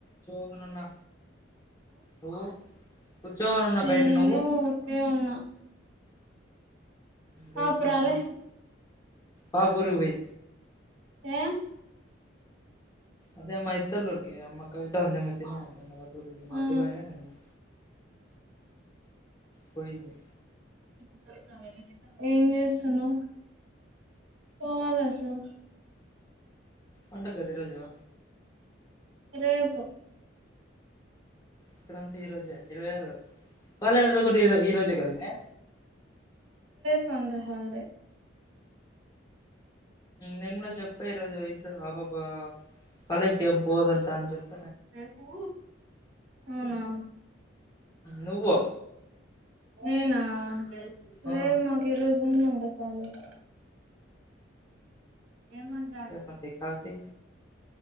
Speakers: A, on the left (about 20°); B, on the right (about 80°).
A: కూర్చోనున్నా నువ్వు కూర్చోనున్నా
B: నేను
A: బయట నువ్వు
B: ఊకే ఉన్నా
A: వేశినవా
B: పాపరాలే
A: పాపురుగు పోయి
B: ఏ
A: అదే మైత్తూలోరికి అమ్మ కవి అందమసన బలరు
B: ఆ
A: తూ బాయరన్నా పోయింది
B: స్తున్నావే ఏం చేస్తాను పోవాలసలు
A: పంట గది రాజా
B: రేపు
A: ఇక్కడంతే ఈ రోజే ఇరవైరు కదా రోజు కదమే
B: సండే హాలిడే
A: నేనులో చెప్ప ఈరోజు ఇంటలో ఆబ్బాబా కాలేజ్కి ఏమి పోదంటా అని చెప్ప
B: రకు అవునా
A: నువ్వో
B: ఏనా లేదు
A: ఆ
B: మాకిరోజు అ కాల! !! ఏమంటారు
A: ఇంకేమండి కాఫీ